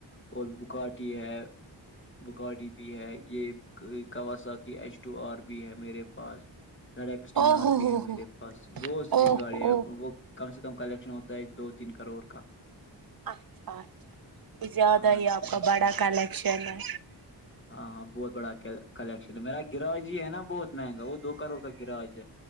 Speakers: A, on the left; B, on the right.
A: اور بکاٹی ہے بکاٹی بھی ہے یہ Kawasaki H two R بھی ہے میرے پاس سا ایکٹینر
B: او ہو
A: بھی
B: ہو
A: ہے
B: ہو
A: میرے پاس سی
B: او
A: گاڑیاں
B: ہو
A: ہے وہ کم سے کم کلیکشن ہوتا ہے دو تین کروڑ کا
B: اچھا اچھا کچھ زیادہ
A: ہاں
B: ہی آپ
A: جی ہاں
B: کا بڑا
A: جی
B: کلیکشن ہے
A: ہاں ہاں بہت بڑا کلیکشن ہے میرا گریز ہی ہے نا بہت مہنگا وہ دو کروڑ کا گریز